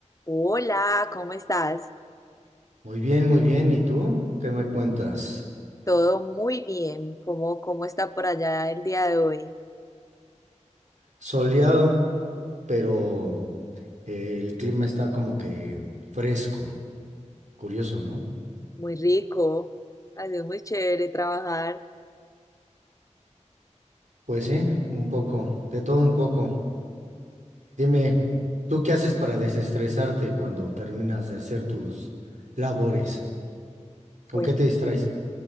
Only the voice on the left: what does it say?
Hola, ¿cómo estás?
Todo muy bien. ¿Cómo, cómo está por allá el día de hoy?
Muy rico. Ha sido muy chévere trabajar.
Bueno,